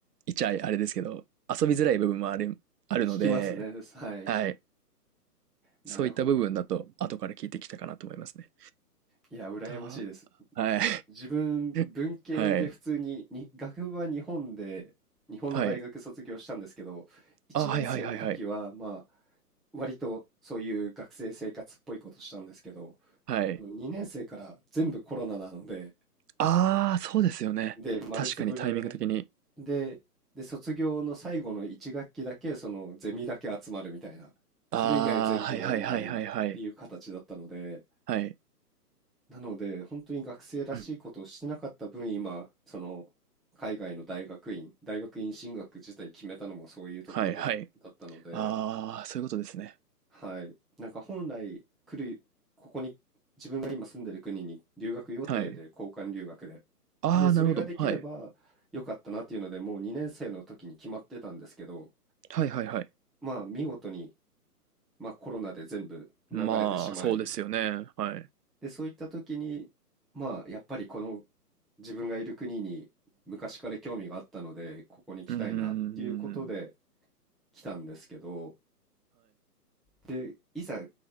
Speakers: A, on the right; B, in the centre.
A: 言っちゃあれですけど、遊びづらい部分もある、あるので、
B: きますね。はい。
A: はい。
B: なるほど。
A: そういった部分だと後から聞いてきたかなと思いますね。
B: いや、羨ましいです。
A: だはい。
B: 自分、文系で普通に、
A: <laughs> はい。
B: に、学部は日本で、日本の大学卒業したんですけど、
A: はい。
B: 1年生の時は、
A: あ、はいはいはいはい。
B: まあ、割とそういう学生生活っぽいことしたんですけど、
A: はい。
B: その2年生から全部コロナなので、
A: ああ、そうですよね。
B: で、丸つぶれ
A: 確かにタイミング的に。
B: で、で、卒業の最後の1学期だけ、そのゼミだけ集まるみたいな、
A: ああ、
B: それ以外全部オンラインっていう形だったので、
A: はいはいはいはいはい。はい。
B: なので、本当に学生らしいことをしてなかった分、
A: うん。
B: 今、その、海外の大学院大学院進学自体決めたのもそういうところです。
A: はいはい。
B: だったので、
A: ああ、そういうことですね。
B: はい。なんか本来来るここに自分が今住んでる国に留学予定で、
A: はい。
B: 交換留学で。
A: ああ、
B: で、それができれば良かったなっていうので、
A: なるほど。はい。
B: もう2年生の時に決まってたんですけど、
A: はいはいはい。
B: まあ、見事に、まあ、コロナで全部流れてしまい、
A: まあ、そうですよね。はい。
B: で、そういった時に、まあ、やっぱりこの自分がいる国に昔から興味があったので、ここに来たいなっていうことで
A: うんうんうんうん
B: 来たんですけど、で、いざ